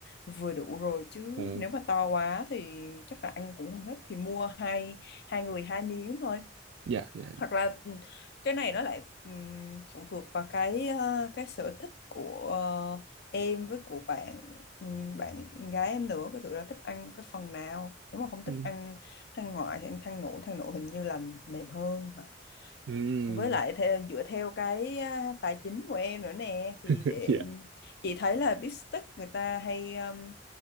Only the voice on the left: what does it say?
vừa đủ rồi chứ
nếu mà to quá thì chắc là ăn cũng không hết thì mua hai hai người hai miếng thôi
hoặc là ừ, cái này nó lại ừm, phụ thuộc vào cái ờ, cái sở thích của ờ, em với của bạn ừm, bạn gái em nữa cái thử là thích ăn cái phần nào nếu mà không thích
ăn than ngoại thì ăn than nội than nội hình như là mềm hơn hả
với lại theo, dựa theo cái à, tài chính của em nữa nè thì
để chị thấy là bít tết người ta hay, um,